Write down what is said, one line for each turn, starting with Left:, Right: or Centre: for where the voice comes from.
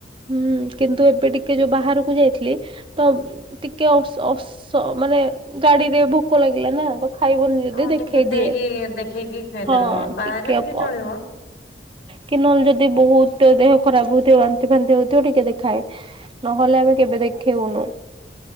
Right: ହୁଁ କିନ୍ତୁ ଏବେ ଟିକେ ଯୋଉ ବାହାରକୁ ଯାଇଥିଲି ତ ଟିକେ ଅ ସ ଅ ସ ତ ମାନେ ଗାଡିରେ ଭୋକ ଲାଗିଲା ନା ତ ଖାଇବନି ଯଦି
Left: ହଁ
Right: ଦେଖେଇ
Left: ଟିକେ ଦେଇକି
Right: ଦିଏ
Left: ଦେଖେଇକି ଖୁଆଇଦେବେ
Right: ହଁ
Left: ବାହାରେ
Right: ଟିକେପ
Left: ଟିକେ ଚଳିବ।
Right: କି ନହେଲେ ଯଦି ବହୁତ ଦେହ ଖରାପ ହଉଥିବ ବାନ୍ତି ଫାନ୍ତି ହଉଥିବ ଟିକେ ଦେଖାଏ ନହେଲେ ଆମେ କେବେ ଦେଖେଇଉନୁ